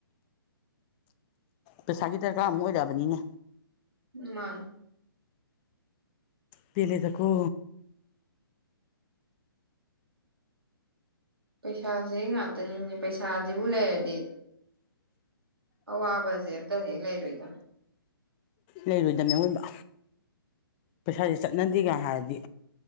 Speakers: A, on the left; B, on the right.
A: ꯄꯩꯁꯥꯒꯤ ꯗꯔꯀꯥꯔ ꯑꯃꯨꯛ ꯑꯣꯏꯔꯛꯑꯕꯅꯤꯅꯦ
B: ꯃꯥꯅꯦ
A: ꯄꯦꯂꯦꯗꯀꯣ
B: ꯄꯩꯁꯥꯁꯦ ꯉꯥꯛꯇꯅꯤꯅꯦ ꯄꯩꯁꯥꯁꯤꯕꯨ ꯂꯩꯔꯗꯤ ꯑꯋꯥꯕꯁꯦ ꯑꯝꯇ ꯍꯦꯛ ꯂꯩꯔꯣꯏꯗ
A: ꯂꯩꯔꯣꯏꯗꯕꯅꯦ ꯑꯥꯑꯣꯏꯕ ꯄꯩꯁꯥꯁꯦ ꯆꯠꯅꯗꯦꯒ ꯍꯥꯏꯔꯗꯤ